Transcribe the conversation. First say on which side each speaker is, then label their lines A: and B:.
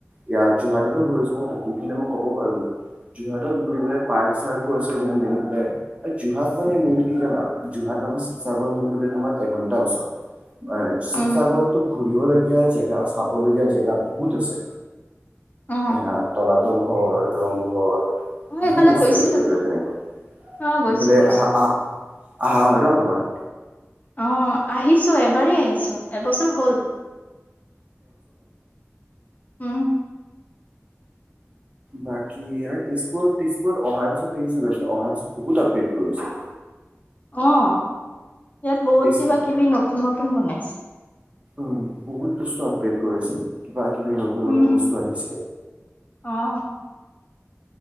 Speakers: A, on the right; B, on the left.
A: ইয়াত যোৰহাটতো ঘূৰিছো ন ইফালে মই কব পাৰোমগৈ যোৰহাটত ঘুৰিবলে পাৰ্ক চাৰ্কো আছে মেলি পেল যোৰহাট মানে মেইন কি জানা যোৰহাটৰ পৰা শিৱসাগৰখন গলে তোমাৰ এঘন্টা ওচৰ অ শিবসাগৰতো
B: উম।
A: ঘূৰিবলগীয়া জেগা এয়া চাবলগীয়া জেগা বহুত আছে
B: অ',
A: হে তলাতল ঘৰ ৰংঘৰ
B: মই
A: বহু
B: এইফালে
A: বস্তু
B: গৈছিলোতো।
A: আছেে বোলে তেনেকুৱা
B: অ',
A: সেইফালে
B: গৈছো গৈছো।
A: আহা আহা আহা হয় ন তোমাৰ
B: অ', আহিছো এবাৰেই <unintelligible> এবছৰ হ'ল উম।
A: বাকী আৰু তেজপুৰত তেজপুৰত অহাৰ পিছত দেখিছো অহাৰ পিছত বহুত আপেট কৰিছে
B: অ ইয়াত বহুত
A: তেজপুৰ
B: কিবা কিবি নতুন নতুন বনাইছে।
A: উম বহুত বস্তু আপডে কৰিছে বা কিবি নতুন
B: উম।
A: নতুন বস্তু আহিছে
B: অ',